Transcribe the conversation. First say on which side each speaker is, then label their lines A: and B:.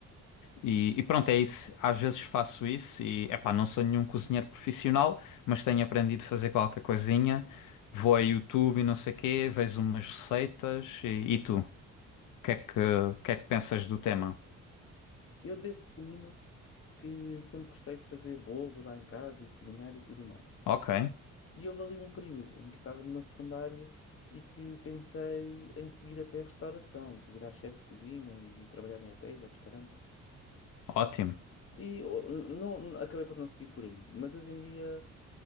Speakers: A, on the left (about 85°); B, on the left (about 45°).
A: E, e pronto, é isso. Às vezes faço isso e, epá, não sou nenhum cozinheiro profissional, mas tenho aprendido a fazer qualquer coisinha. Vou a YouTube e não sei quê, vejo umas receitas. E, e tu? O que é que, o que é que pensas do tema?
B: Eu desde pequenino que sempre gostei de fazer bolos lá em casa e cozinhar e tudo mais.
A: Ok,
B: E houve ali um período em que estava no meu secundário e que pensei em seguir até a restauração, para virar chefe de cozinha e, trabalhar em hotéis ou restaurantes.
A: ótimo.
B: E oh, n- não, n- acabei por não seguir por aí. Mas hoje em dia